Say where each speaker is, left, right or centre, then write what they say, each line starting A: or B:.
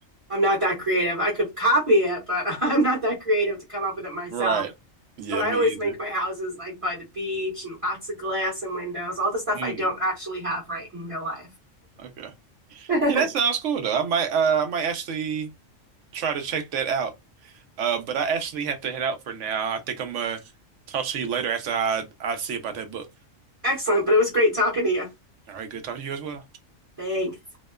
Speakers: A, on the right; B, on the right.
A: I'm not that creative. I could copy it, but <laughs> I'm not that creative to come up with it myself.
B: right. Yeah,
A: But I
B: me
A: always
B: either.
A: make my houses like by the beach and lots of glass and windows, all the stuff
B: Hmm,
A: I don't actually have right in real life.
B: okay.
A: <laughs>
B: Yeah, that sounds cool though. I might uh I might actually try to check that out. Uh but I actually have to head out for now. I think I'm gonna talk to you later after I I see about that book.
A: Excellent, but it was great talking to you.
B: All right, good talking to you as well.
A: Thanks.